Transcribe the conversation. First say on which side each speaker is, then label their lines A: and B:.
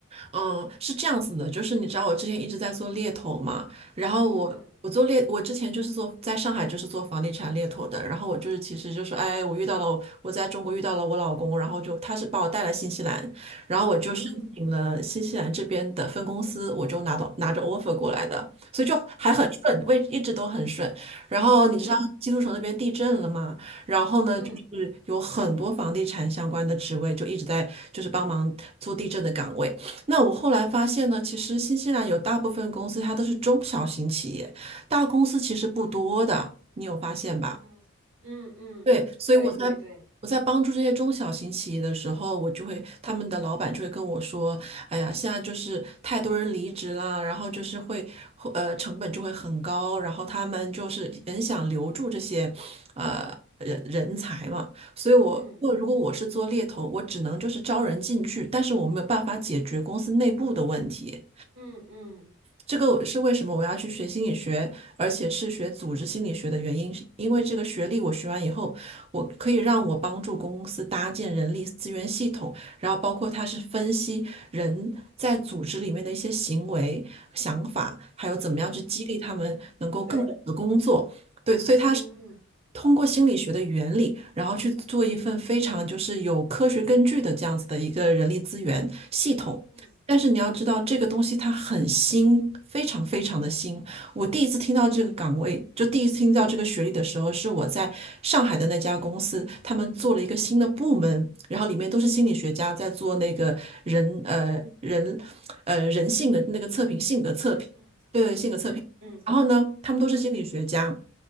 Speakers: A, on the right; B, on the right.
A: 嗯，是这样子的，就是你知道我之前一直在做猎头嘛，然后嗯我我做猎，
B: 嗯
A: 我之前就是做在上海就是做房地产猎头的，然后我就是其实就是哎，我遇到了我在中国遇到了我老公，然后就他是把我带来新西兰，然后我就申请了新西兰这边的分公司，
B: 嗯
A: 我就拿到拿着 offer 过来的，所以就还很顺，
B: 嗯
A: 位一直都很顺。然后你知道基督城那边地震了吗？
B: 嗯
A: 然后呢，
B: 嗯
A: 就是有很多房地产相关的职位就一直在就是帮忙做地震的岗位。那我后来发现呢，其实新西兰有大部分公司它都是中小型企业，大公司其实不多的，你有发现吧？
B: 嗯嗯嗯，
A: 对，所以我在我在帮助这些中小型企业的时候，
B: 对对对，
A: 我就会他们的老板就会跟我说：“哎呀，现在就是太多人离职啦，然后就是会呃成本就会很高，然后他们就是很想留住这些呃人人才嘛。所以我，
B: 嗯
A: 我如果我是做猎头，我只能就是招人进去，但是我没有办法解决公司内部的问题。
B: 嗯嗯
A: 这个是为什么我要去学心理学，而且是学组织心理学的原因，是因为这个学历我学完以后，我可以让我帮助公司搭建人力资源系统，然后包括它是分析人在组织里面的一些行为、想法，还有怎么样去激励他们能够更好的工作。
B: 嗯，对，
A: 对，所以它
B: 嗯。
A: 通过心理学的原理，然后去做一份非常就是有科学根据的这样子的一个人力资源系统。
B: 嗯
A: 但是你要知道，这个东西它很新，非常非常的新。我第一次听到这个岗位，就第一次听到这个学历的时候，是我在上海的那家公司，他们做了一个新的部门，然后里面都是心理学家在做那个人呃人呃人性的那个测评，性格测评，
B: 嗯
A: 对对，性格测评。
B: 嗯嗯嗯
A: 然后呢，他们都是心理学家。